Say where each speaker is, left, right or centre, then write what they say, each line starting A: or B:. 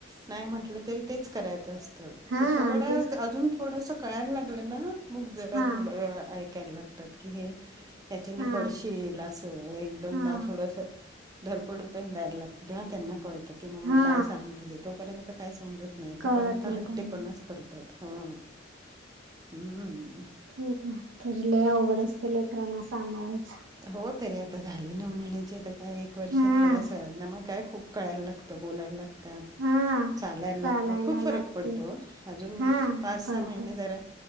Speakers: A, on the right; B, on the right.
A: नाय म्हटलं तरी तेच करायचं असतं.
B: हा
A: तर थोडं
B: तेच
A: अजून थोडसा कळायला लागलं ना मग जरा
B: हा
A: थोडं ऐकायला लाग तात की हेच्याने
B: हा
A: पडशील असं एक दोनदा
B: हा
A: थोडसा धरपड पण द्यायला लागतं तेव्हा त्यांना कळतं की मम्मी
B: हा
A: काय सांगते तोपर्यंत काय समजत नाही
B: कळत
A: तो पर्यंत
B: नाही
A: हट्टे
B: त्यांना
A: पणाच करतात हा हम्म.
B: होत आहे तरी लय अवघड असतय लेकरांना सांभाळायचं.
A: हो तरी आता झाली नऊ महिन्याची तर काय एक वर्ष
B: हा
A: थोडासा ना मग काय खूप कळायला लागतं बोलायला लागतात.
B: हा
A: चालायला
B: चालायला
A: लागतात खूप फरक
B: लागते
A: पडतो अजून
B: हा
A: पाच-सहा
B: पडते
A: महिने जरा